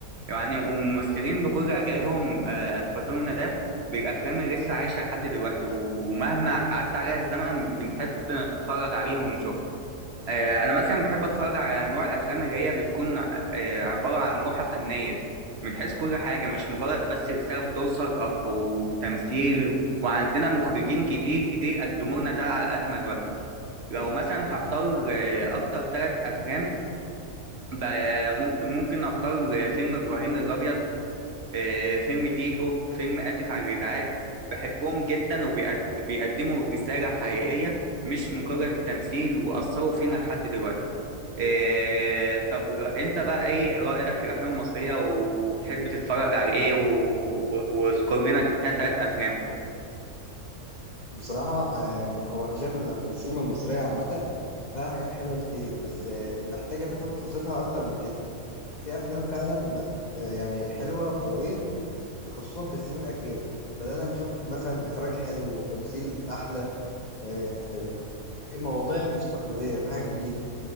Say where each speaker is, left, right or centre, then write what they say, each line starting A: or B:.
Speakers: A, on the right; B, on the left.
A: يعني والممثلين بكل أجيالهم آه، أثبتوا لنا ده بالأفلام اللي لسه عايشة لحد دلوقتي ومهما عدى عليها الزمن بنحب نتفرج عليهم ونشوفهم آه، أنا مثلا بحب أتفرج على نوع الأفلام اللي هي بتكون آه، عبارة عن روحة فنية من حيث كل حاجة مش مجرد بس رسالة بتوصل أو تمثيل وعندنا مخرجين كتير كتير قدموا لنا ده على أكمل وجه لو مثلا هختار آه، اكتر ثلاث افلام ب- ممكن ممكن اختار آه، فيلم ابراهيم الابيض آه، فيلم تيتو فيلم اسف على الازعاج بحبهم جدا وبيقدموا رسالة حقيقية مش مجرد تمثيل واثروا فينا لحد دلوقتي آه، طب انت بقى ايه رايك في الافلام المصرية وبتحب تتفرج على ايه و- و- واذكر لنا كده ثلاث افلام
B: بصراحه آه، يعني هو انا شايف ال- السينما المصريه عامه فيها حاجات حلوه كتير بس آه، محتاجه تاخد فرصتها اكتر من كده في افلام فعلا آه، يعني حلوه وقويه خصوصا في السنين الاخيره بدأنا نشوف مثلا إخراج حلو وتمثيل أحلى آه، مواضيع مش تقليدية في حاجات جديدة